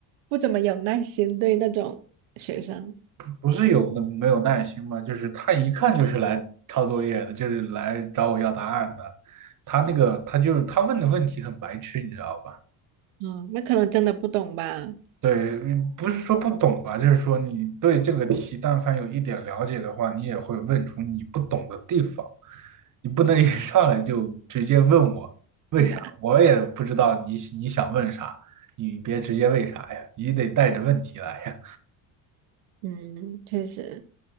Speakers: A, on the right (about 80°); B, on the right (about 40°).
A: 不怎么有耐心对那种学生，
B: 不是有那没有耐心吗？就是他一看就是来抄作业的，就是来找我要答案的。他那个他就是他问的问题很白痴，你知道吧？
A: 哦，那可能真的不懂吧，
B: 对，嗯不是说不懂吧，就是说你对这个题但凡有一点了解的话，你也会问出你不懂的地方。你不能一上来就直接问我为啥，
A: 问答，
B: 我也不知道你你想问啥，你别直接为啥呀，你得带着问题来呀。
A: 嗯，确实。